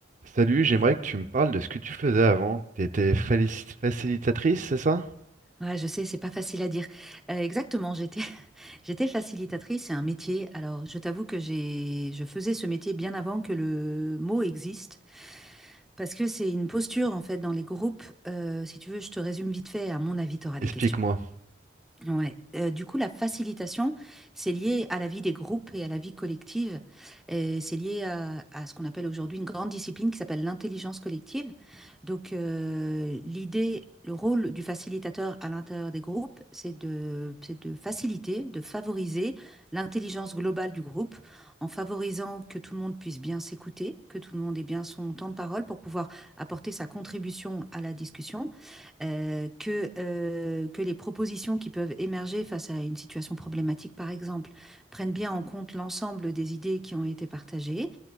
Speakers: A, on the right; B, in the centre.
A: Salut, j'aimerais que tu me parles de ce que tu faisais avant. Tu étais facilitatrice, c'est ça?
B: Ouais, je sais, c'est pas facile à dire. Euh, exactement, j'étais <laughs> j'étais facilitatrice, c'est un métier. Alors, je t'avoue que j'ai je faisais ce métier bien avant que le mot existe, parce que c'est une posture en fait dans les groupes. Euh, si tu veux, je te résume vite fait. À mon avis, tu auras
A: Explique-moi.
B: des questions. Ouais, heu, du coup, la facilitation, c'est lié à la vie des groupes et à la vie collective et c'est lié à à ce qu'on appelle aujourd'hui une grande discipline qui s'appelle l'intelligence collective. Donc heu, l'idée le rôle du facilitateur à l'intérieur des groupes, c'est de c'est de faciliter, de favoriser l'intelligence globale du groupe en favorisant que tout le monde puisse bien s'écouter, que tout le monde ait bien son temps de parole pour pouvoir apporter sa contribution à la discussion euh, que, euh, que les propositions qui peuvent émerger face à une situation problématique, par exemple, prennent bien en compte l'ensemble des idées qui ont été partagées,